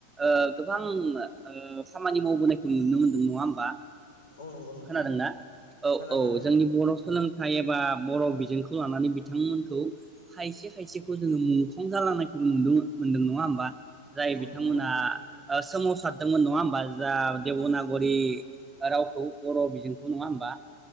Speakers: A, on the right; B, on the left.
A: ओ गोबां ओ खामानि मावबोनायखौ नुनो मोनदों नङा होमबा।
B: औ नंगौ नोंथां
A: खोनादोंना औ
B: खोनादों
A: औ
B: नोंथां
A: जोंनि बर' सोलोंथाइ एबा बर' बिजोंखौ लानानै बिथांमोनखौ खायसे खायसे जोङो मुंख्लं जालांनायखौ नुदों मोनदों नङा होमबा जाय
B: औ
A: बिथांमोना
B: नोंथां
A: सोमावसारदोंमोन नङा होमबा जा देबनागरि रावखौ सोमावसारदों नंङा होनबा जा देबनागिरि रावखौ बर' बिजोंखौ नङा होमबा